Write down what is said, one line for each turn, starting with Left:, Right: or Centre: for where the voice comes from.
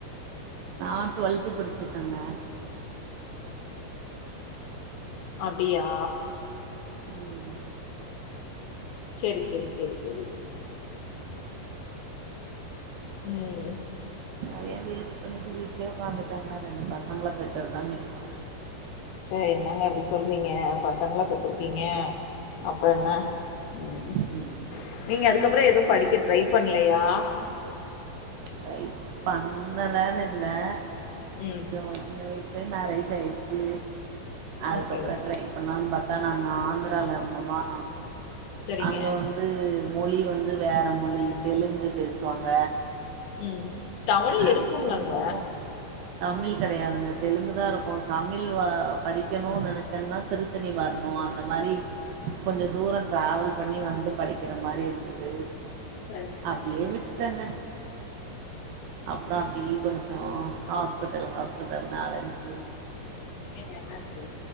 Right: நா டுவெல்த்து படிச்சிருக்கங்க
Left: அப்டியா
Right: ம்
Left: சேரி சேரி சேரி சேரி ம்
Right: டைம் வேஸ்ட் பண்ணிட்டு வீட்லயே உக்காந்துட்டங்க ரெண்டு பசங்கள பெத்ததுதா மிச்சோ
Left: ச்ச என்னங்க இப்படி சொல்றீங்க பசங்கள பெத்துருக்கீங்க அப்றோ என்ன
Right: ம்
Left: ம்
Right: ம்
Left: நீங்க அதுக்கப்றோ எது படிக்க ட்ரை பண்லையா
Right: ட்ரை பண்ணலனு இல்ல கொஞ்சோ
Left: ம்
Right: சின்ன வய்ஸ் லே மேரேஜ் ஆயிட்ச்சு அதுக்கப்றோ
Left: ஓகே
Right: ட்ரை பண்லாம் பாத்தா நாங்க ஆந்திரால இருந்தோமா
Left: சரிங்க
Right: அங்க வந் து மொழி வந்து வேற மொழி தெலுங்கு பேசுவாங்க
Left: ம் தமிழ்
Right: அதுக்கும்
Left: இருக்கும்லங்க
Right: இதுக்கும் தமிழ் கெடையாதுங்க தெலுங்கு தா இருக்கு தமிழ் வ படிக்கணு நெனச்சன்னா திரு த்தனி வரணு அந்த மாரி கொஞ்ச தூரோ டிராவல் பண்ணி வந்து படிக்கிற மாரி இருந்துது
Left: சரிங்க சரிங்க
Right: அப்டியே விட்டுட்டங்க அப்றோ அப்டி கொஞ்சோ ஹாஸ்பிட்டல் ஹாஸ்பிட்டல்னு அழஞ்சு
Left: ஏ என்ன ஆச்சு